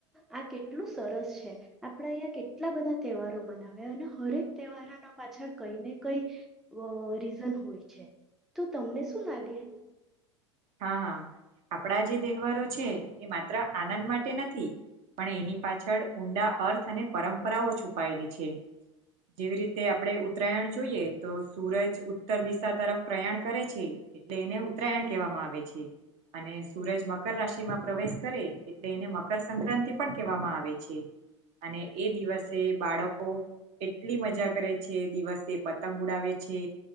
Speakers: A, in the centre; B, on the right (about 45°).
A: આ કેટલા કેટલું સરસ છે આપણે અહીંયા કેટલા બધા તહેવારો મનાવ્યા અને હરેક તહેવારોના પાછળ કઈ ને કઈ રીઝન હોય છે તો તમને શું લાગે?
B: હા હા આપણા જે તહેવારો છે એ માત્ર આનંદ માટે નથી પણ એની પાછળ ઊંડા અર્થ અને પરંપરાઓ છુપાયેલી છે જેવી રીતે આપણે ઉત્તરાયણ જોઈએ તો સૂરજ ઉત્તર દિશા તરફ પ્રયાણ કરે છે એટલે એને ઉત્તરાયણ કહેવામાં આવે છે અને સૂરજ મકર રાશિમાં પ્રવેશ કરે એટલે એને મકરસક્રાંતિ પણ કહેવામાં આવે છે અને એ દિવસે બાળકો એટલી મજા કરે છે દિવસે પતંગ ઉડાવે છે